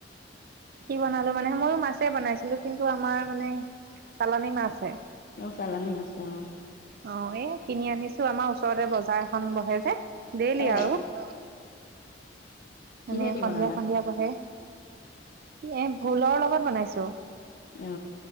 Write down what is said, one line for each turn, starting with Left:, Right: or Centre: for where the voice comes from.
Right: কি বনালো মানে মই মাছে বনাইছিলো কিন্তু আমাৰ মানে চালানী মাছ হে
Left: অ চালানী মাছ আহ
Right: অ', এই কিনি আনিছো আমাৰ ওচৰতে বজাৰখন বহে হে দেলি
Left: অ
Right: আৰু অ মানে
Left: কিহেদি
Right: সন্ধিয়া
Left: বনালা
Right: সন্ধিয়া বহে কি এ। ভোলৰ লগত বনাইছোঁ।
Left: অ